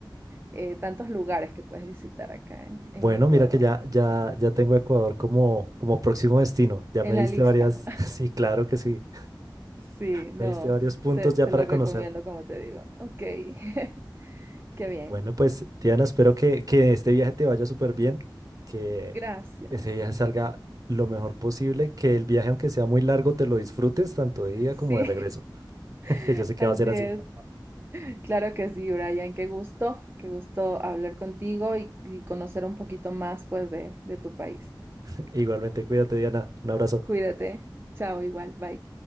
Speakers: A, on the right; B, on the right.
A: eh, tantos lugares que puedes visitar acá en,
B: Bueno,
A: en Ecuador.
B: mira que ya, ya, ya tengo Ecuador como, como próximo destino. Ya
A: En
B: me diste
A: la lista.
B: varias,
A: <laughs>
B: <laughs> sí, claro que sí.
A: Sí, no,
B: Me diste varios puntos
A: te,
B: ya
A: te
B: para
A: lo
B: conocer.
A: recomiendo como te digo. Ok, <laughs> qué bien.
B: Bueno, pues Diana, espero que, que este viaje te vaya súper bien, que
A: Gracias.
B: ese viaje salga lo mejor posible, que el viaje, aunque sea muy largo, te lo disfrutes tanto de ida
A: Sí,
B: como de regreso, <laughs>
A: <laughs>
B: que yo sé que
A: así
B: va a ser así.
A: es. Claro que sí, Brian. Qué gusto, qué gusto hablar contigo y, y conocer un poquito más pues de, de tu país.
B: <laughs> Igualmente, cuídate, Diana. Un abrazo.
A: Cuídate. Chao, igual. Bye.